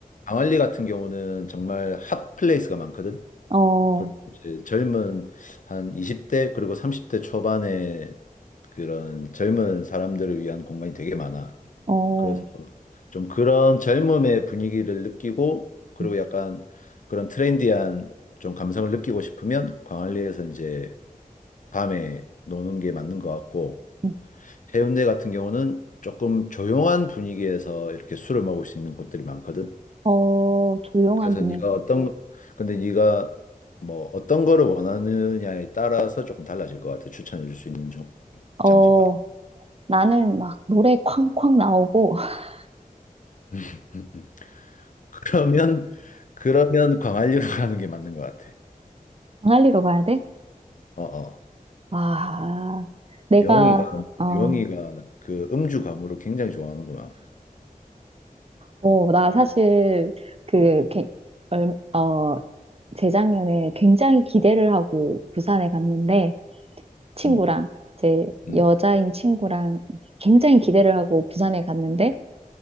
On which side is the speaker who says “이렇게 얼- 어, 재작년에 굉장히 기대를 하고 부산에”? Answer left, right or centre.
Right